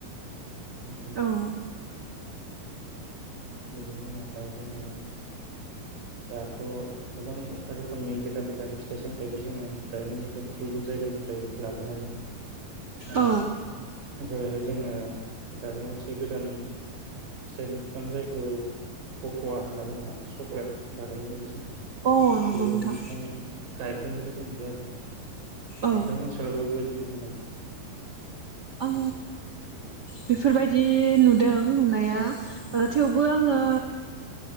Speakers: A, on the right; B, on the right.
A: नंगौ नोंथां
B: औ
A: बेनि उनावहाय जोङो दाथ' गोबां रोखोमनि गोदान गोदान फिथाइ सामथायाइबो जोङो गायनाय नुदों गुबुन जायगानिफ्राय लाबोनानै ओ
B: औ
A: जेरै जोङो दानिया मोनसे गोदान फिथाइनि बिफां जायो कक'वा होनना बुङो चक्लेट बानायोनो बेजों
B: अ नंगौ
A: बेबायदि
B: नोंथां
A: बिफां गायफैनायखौ जों नुदों आरो नोंथां
B: औ
A: नोंथांनि ओनसोलावबो बेबायदि नुदों नामा
B: आं बेफोरबायदि नुदों नुनाया थेवबो आङो